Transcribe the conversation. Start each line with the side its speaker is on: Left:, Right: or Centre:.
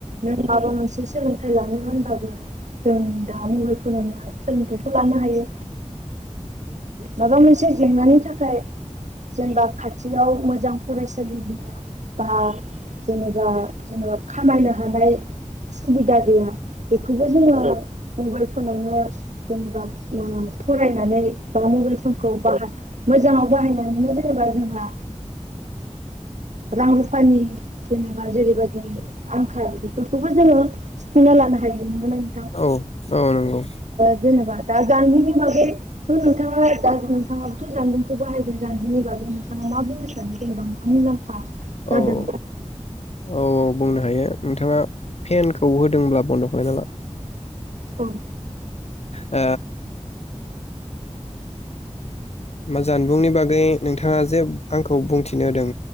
Right: नों माबा मोनसे सोलोंथाइ लानो होनबाबो जों दा मबाइल फोरोंनो सोलोंथाइखौ लानो हायो माबा मोनसे जेंनानि थाखाय जेनेबा खाथियाव मोजां फरायसालि गैया बा जेनेबा जेनेबा खामायनो हानाय सुबिदा गैया बेखौबो जोङो मबाइल फनावनो जेनेबा फरायनानै बा मबाइल फनखौ बाह मोजाङाव बाहायनानैनो जेनेबा जोंहा रां रुफानि जेनेबा जेरैबायदि आंखाल बेफोरखौबो जोङो सुफुंना लानो हायो नोंगोन आ नोंथां
Left: औ नंगौ
Right: जेनेबा दा जानबुंनि बागै नोंथाङा नोंथाङाबोथ' जानबुंखौ बाहायदों जानबुंनि बागै नोंथाङा मा बुंनो सानो जेनेबा मा मुलाम्फा
Left: औ
Right: जादों
Left: औ औ बुंनो हायो नोंथाङा फेनखौ होदोंब्ला बन्द' खाायना ला
Right: औ
Left: औ जानबुंनि बागै नोंथाङा जे आंखौ बुंथिनो होदों